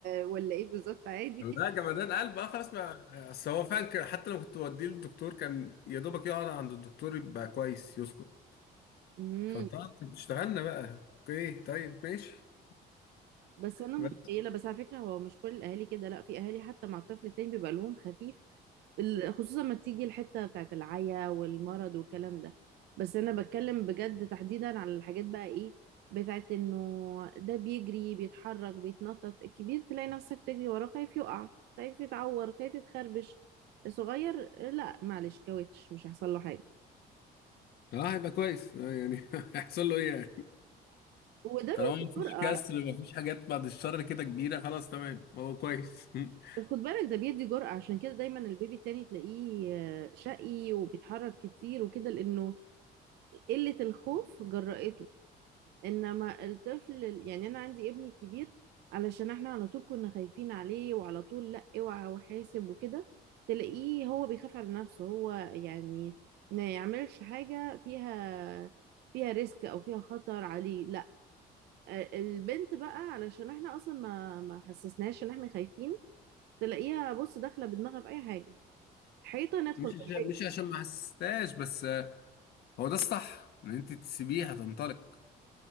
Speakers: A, on the right (about 80°); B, on the left (about 70°).
A: ولا ايه بالظبط عادي
B: لا
A: كده
B: جمدان قلب اه خلاص بقى اصل هو فعلا كان- حتى لما كنت بوديه للدكتور كان يا دوبك يقعد عند الدكتور يبقى كويس يسكت
A: امم
B: فانت آه، كنت اشتغلنا بقى اوكي طيب ماشي
A: بس انا متخيله
B: بس.
A: بس على فكره هو مش كل الاهالي كده لا في اهالي حتى مع الطفل التاني بيبقى لهم خفيف ال- خصوصا ما تيجي الحته بتاعت العيا والمرض والكلام ده بس انا بتكلم بجد تحديدا على الحاجات بقى ايه بتاعت انه ده بيجري بيتحرك بيتنطط الكبير تلاقي نفسك تجري وراه خايف يقع خايف يتعور خايف يتخربش الصغير لا معلش كاوتش مش هيحصل له حاجه
B: اه هيبقى كويس اه يعني <laughs> هيحصل له ايه يعني
A: وده
B: طالما
A: بيفرق
B: مفيش كسر مفيش حاجات بعد الشر كده كبيره خلاص تمام هو كويس <laughs>
A: بس خد بالك ده بيدي جرأة عشان كده دايما البيبي التاني تلاقيه آه، شقي وبيتحرك كتير وكده لأنه قلة الخوف جرأته إنما الطفل يعني أنا عندي ابني كبير علشان احنا على طول كنا خايفين عليه وعلى طول لأ اوعى وحاسب وكده تلاقيه هو بيخاف على نفسه هو يعني ما يعملش حاجة فيها فيها ريسك أو فيها خطر عليه لأ آه، البنت بقى علشان احنا أصلا ما ما حسسناش إن احنا خايفين تلاقيها بص داخلة بدماغها في أي حاجة حيطة ندخل
B: مش عشان-
A: بالحيطة
B: مش عشان ما حسستهاش بس آه، هو ده الصح ان انت تسيبيه هتنطلق